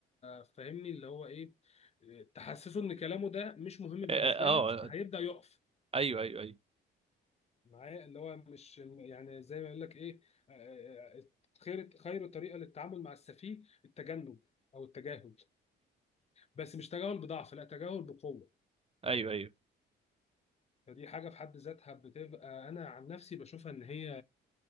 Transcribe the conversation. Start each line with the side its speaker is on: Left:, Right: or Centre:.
Left: فاهمني اللي هو ايه تحسسه ان كلامه ده مش مهم بالنسبه
Right: اه آه،
Left: لك فهيبدا يقف
Right: ايوه ايوه ايوه
Left: معايا اللي هو مش يعني زي ما يقول لك ايه آه، آه، آه، خير خير طريقه للتعامل مع السفيه التجنب او التجاهل بس مش تجاهل بضعف لا تجاهل بقوه
Right: ايوه ايوه
Left: فدي حاجه في حد ذاتها بتبقى انا عن نفسي بشوفها ان هي